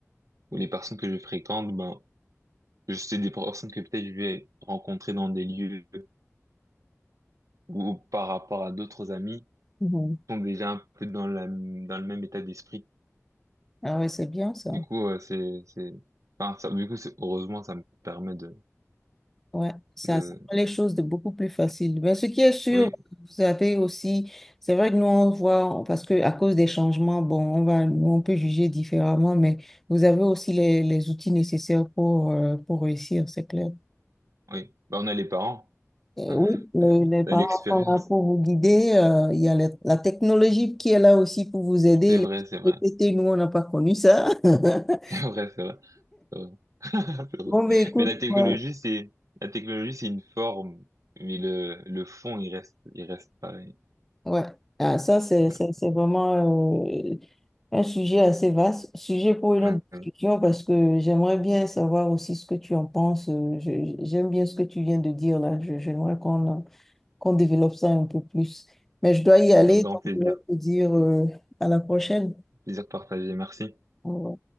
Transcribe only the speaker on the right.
ou les personnes que je fréquente, ben, je sais des personnes que peut-être je vais rencontrer dans des lieux ou par rapport à d'autres amis
sont déjà un peu dans la, dans le même état d'esprit.
Du coup, euh, c'est, c'est, enfin, ça, du coup, c'est- heureusement, ça me permet de,
de,
oui,
oui. Bah, on a les parents, <laughs>
hein,
on
a l'expérience.
C'est
vrai, c'est vrai,
<laughs> c'est vrai, c'est vrai, c'est vrai. <laughs> C'est vrai.
Mais la technologie,
c'est, la technologie, c'est une forme, mais le, le fond, il reste, il reste pareil.
Ouais.
Ouais.
Un grand
plaisir,
plaisir partagé. Merci.